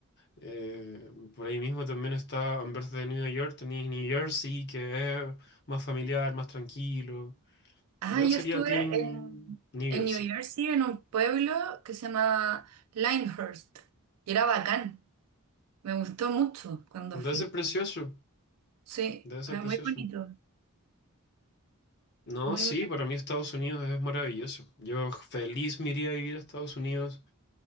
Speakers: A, on the left; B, on the right.
A: Eh, por ahí mismo también está, en vez de New York, tenéis New Jersey, que es más familiar, más tranquilo.
B: Ah,
A: Yo
B: yo
A: sería
B: estuve
A: Team
B: en,
A: New
B: en
A: Jersey.
B: New Jersey, en un pueblo que se llama Linehurst, y era bacán. Me gustó mucho cuando
A: Debe
B: fui.
A: ser precioso,
B: Sí,
A: debe ser
B: era
A: precioso.
B: muy bonito.
A: No,
B: Muy,
A: sí,
B: muy,
A: para mí Estados Unidos es maravilloso. Yo feliz me iría a vivir a Estados Unidos.